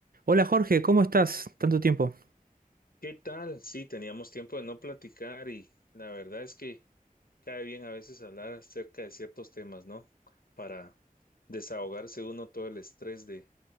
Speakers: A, on the right; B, on the left.
A: Hola Jorge, ¿cómo estás? Tanto tiempo.
B: ¿Qué tal? Sí, teníamos tiempo de no platicar y la verdad es que cae bien a veces hablar acerca de ciertos temas, ¿no? Para desahogarse uno todo el estrés de,